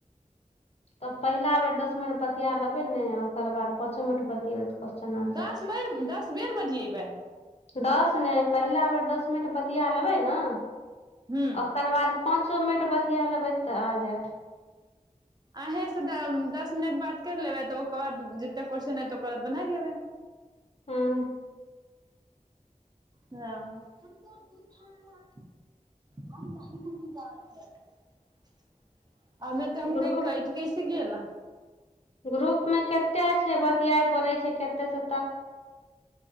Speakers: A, on the left (about 50°); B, on the right (about 30°).
A: तऽ पहिला बेर दस मिनट बतिया लेबै ने ओकर बाद पाँचो मिनट बतियेबै तऽ क्वेश्चन आ जायत
B: दस बेर दस बेर बतियेबै
A: दस नहि पहिला बेर दस मिनट बतिया लेबै ने
B: हूँ
A: ओकर बाद पाँचो मिनट बतिया लेबै तऽ आ जायत
B: अहीँसँ तऽ दस मिनट बात करि लेबै तऽ ओकर बाद जतेक क्वेश्चन एतै ओकर बाद बना लेबै
A: हूँ
B: हँ हम त दू ल हम त हम जा <unintelligible> अमे तऽ हम
A: ग्रुप
B: क कैठ <unintelligible> गेल
A: ग्रुप मे केते छैइ बतियाए पड़ै छैइ केत तऽ स